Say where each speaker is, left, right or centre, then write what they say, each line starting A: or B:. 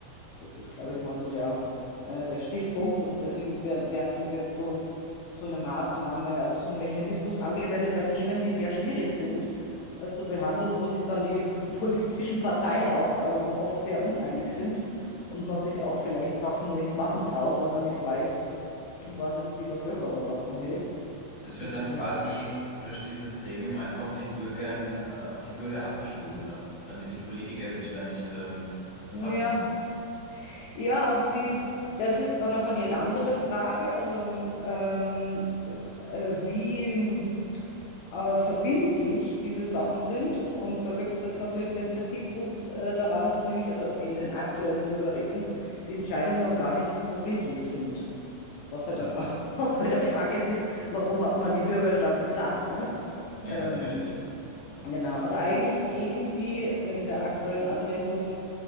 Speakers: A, on the left (about 85°); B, on the left (about 55°).
A: Das ist, glaube ich, mal so der, äh, der Stichpunkt. Und deswegen wir- werden, so- wird so ein, so eine Maßnahme, also so ein Mechanismus angewendet bei Themen, die sehr schwierig sind, äh, zu behandeln, wo sich dann die <laughs> politischen Parteien auch ähm, oft sehr uneinig sind und man sich auch vielleicht Sachen nicht machen traut, weil man nicht weiß, was jetzt die Bevölkerung davon hält.
B: Das wird
A: Und
B: dann
A: deswegen,
B: quasi
A: finde
B: durch dieses Gremium einfach auf den Bürgern, äh, auf die Bürger abgeschoben, ne? Damit die Politiker sich da nicht, äh, mit befassen
A: ja,
B: müssen.
A: ja, also die, das ist dann auch die andere Frage. Also ähm, äh, wie. äh, verbindlich diese Sachen sind. Und da gibt es jetzt natürlich den Kritikpunkt äh, daran, dass nämlich, also in den aktuellen Bürgerräten, die Entscheidungen dann gar nicht verbindlich sind. Was ja
B: Hm.
A: dann auch <laughs> auch wieder fraglich ist, warum hat man die Bürger dann befragt, ne?
B: Ja,
A: Ähm,
B: natürlich. Ja.
A: genau, also eigentlich geben die in der aktuellen Anwendung